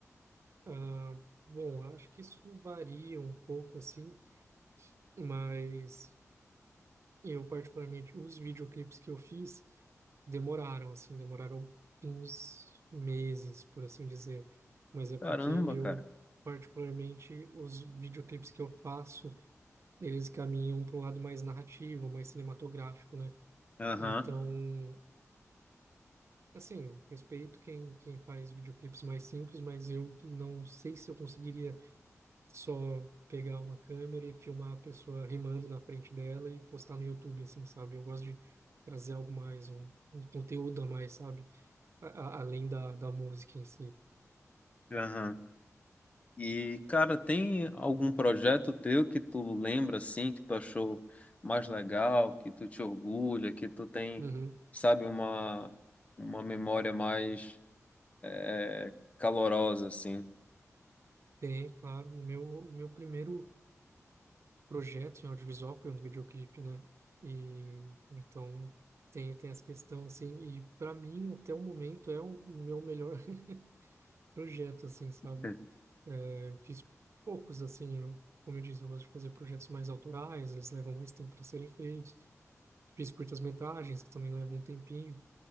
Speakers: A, on the right; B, on the left.
A: Ah, bom, acho que isso varia um pouco, assim, mas... Eu, particularmente, os videoclipes que eu fiz demoraram, assim, demoraram uns meses, por assim dizer. Mas é porque
B: Caramba,
A: eu,
B: cara.
A: particularmente, os videoclipes que eu faço, eles caminham para um lado mais narrativo, mais cinematográfico, né?
B: Aham,
A: Então, assim, respeito quem, quem faz videoclipes mais simples, mas eu não sei se eu conseguiria só pegar uma câmera e filmar a pessoa rimando na frente dela e postar no YouTube, assim, sabe? Eu gosto de trazer algo mais, um, um conteúdo a mais, sabe? A- a- além da, da música em si.
B: aham. E, cara, tem algum projeto teu que tu lembra assim, que tu achou mais legal, que tu te orgulha, que tu tem,
A: Uhum.
B: sabe, uma, uma memória mais é, calorosa, assim?
A: Tem, claro, o meu, o meu primeiro projeto em audiovisual foi um videoclipe, né? E então tem, tem essa questão, assim, e para mim, até o momento, é o meu melhor <laughs> projeto, assim, sabe?
B: Sim.
A: É, eu fiz poucos, assim, eu, como eu disse, eu gosto de fazer projetos mais autorais, eles levam mais tempo para serem feitos. Fiz curtas-metragens, que também levam um tempinho,